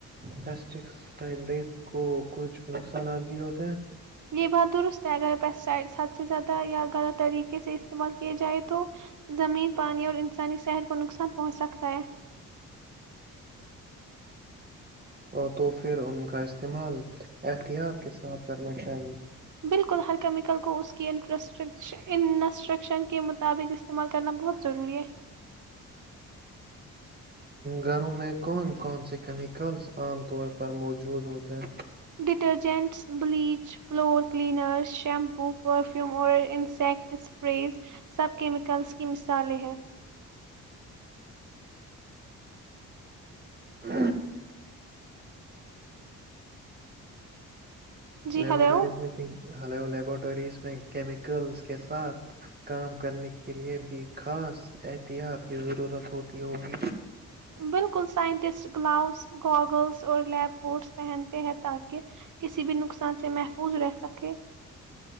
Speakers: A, on the right; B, on the right.
A: پسٹ س کو کچھ نقصانات بھی ہوتے ہیں
B: کے بعد درست ہے ا گگر پیسٹسائڈس حد سے زیادہ یا غلط طریقے سے استعمال کیا جائے تو زمین پانی اور انسانی صحت کو نقصان پہنچ سکتا ہے
A: ا تو پھر ان کا استعمال احتیاط کے ساتھ کرنا چاہیے
B: بالکل ہر کیمیکل کو اس کی انسٹرکشن کے مطابق استعمال کرنا بہت ضروری ہے
A: گھروں میں کون کون سے کیمیکلس عام طور پر موجود ہوتے ہیں
B: detergents bleach floor cleaner shampoo perfume اور انسیکٹ اسپریز سب کیمیکلز کی مثالیں ہیں
A: ہ
B: جی
A: لیبورٹریز
B: ہلو
A: میں ہلو لیبورٹریز میں کیمیکلز کے ساتھ کام کرنے کے لیے بھی خاص احتیاط کی ضرورت ہوتی ہوگی
B: بالکل سائنٹسٹ گلؤز گاگلس اور لیب کوٹس پہنتے ہیں تاکہ کسی بھی نقصان سے محفوظ رہ سکے